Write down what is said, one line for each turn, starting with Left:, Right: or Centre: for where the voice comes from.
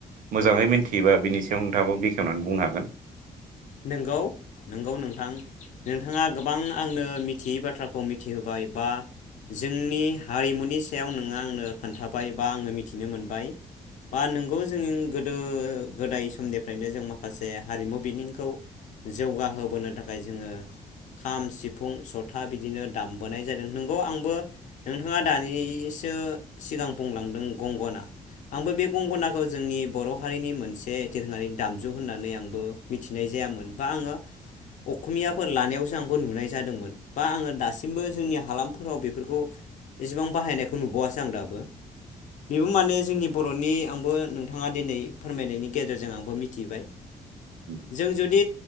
Right: मोजाङै मिथियोबा बिनि सायाव नोंथाङाबो बेखेवनानै बुंनो हागोन।
Left: नंगौ नंगौ नोंथां नोंथाङा गोबां आंनो मिथियैबाद थ्राखौ मिथिहोबाय बा। जोंनि हारिमुनि सायाव नोङो आंनो खोन्थाबाय बा आङो मिथिनो मोनबाय। बा नोंगौ जोंनि गोदो गोदाय समनिफ्रायनो जों माखासे हारिमु बिनिंखौ जौगाहोबोनो थाखाय जोङो। खाम-सिफुं जथा बिदिनो दामबोनाय जादों नंगौ आंबो नोंथाङा दानि सो सिगां बुंलांदों गंगना आंबो बे गंग'नाखौ जोंनि बर' हारिनि मोनसे दोरोङारि दामजु होननानै आंबो मिथिनाय जायामोन बा आङो अख'मियाफोर लानायावसो आंबो नुनाय जादोंमोन बा आङो दासिमबो जोंनि हालामफोराव बेफोरखौ एसेबां बाहायनायखौ नुबावासो आं दाबो बेबो माने जोंनि बर'नि आंबो नोंथाङा दिनै फोरमायनायनि गेजेरजों आंबो मिथिबाय।
Right: औ
Left: जों जुदि